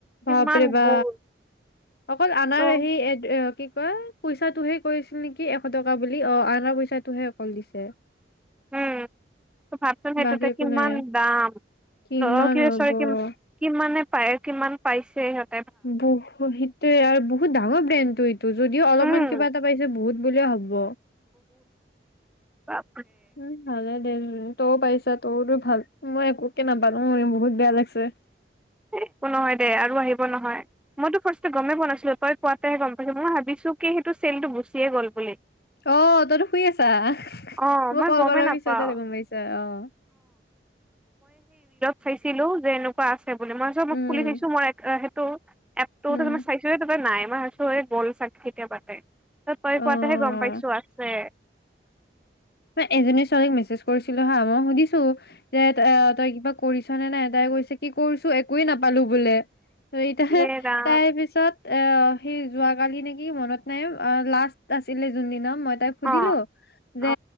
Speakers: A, on the left; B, in the centre.
A: ভাপৰে
B: কিমান
A: বা
B: বোৰ
A: অকল আাৰ
B: ত'
A: আহি কি ক পইচাটোহে কৰিছিল নেকি এশ টকা বুলি অঁ আনৰ পইচাটোহে অকল দিছে
B: উম ভাবচোন সেইটোতে
A: বাকী একো
B: কিমান
A: নাই
B: দাম
A: কিমান
B: অ কি
A: হ'ব
B: কি কিমানে পায়ে কিমান পাইছে সহঁ
A: বহুত সেইটোৱে আৰু বহুত ডাঙৰ ব্ৰেণ্ড টো এইটো যদিও অলপমান
B: উম
A: কিবা এটা পাইছে বহুত বুলিয় হ'ব হব
B: অঁ
A: উম হে দে তইও পাৰছা তোৰতো ভাল মই এক নাপালো বহুত বেয়া লাগিছে
B: একো নহয় দে আৰু আহিব নহয় মইতো ফাৰ্ষ গমেই পোৱা নাছিলো তই কোৱাতেহে গম পাইছ মই ভাবিছো কি সেইটো চেলটো গুচিয়ে গ'ল বুলি
A: আহ তইতো শুই আছা
B: অ
A: মই কল
B: গমেই
A: কৰাৰ
B: নাপাও
A: পিছতে ত গম পাইছা আহ
B: খাইছিলো যে এনেুৱা মই
A: উম
B: মোক খুলি খাইছো মই ত' এপ তাৰ
A: উম।
B: চাইছো তই নাই। মই ভাবিছোঁ গল চাক কেতিয়া পাতে ত তই
A: অ
B: কোৱাতেহে গম পাইছো আছে
A: ম এজনী ছোৱালীক মেছেজ কৰিছিলো হা মই সুধিছো যে তই কিবা কৰিছ তে নাই এটাই কৈছে কি কৰিছো একোৱে নাপালো বোলে চাৰিটা হে
B: ইয়ে ৰাম
A: তাৰ পিছত। এ সেই যোৱাকালি নেকি মনত নাই লাষ্ট আছিলে যোনদিনা মই তাই সুধিলো
B: অ অ
A: টে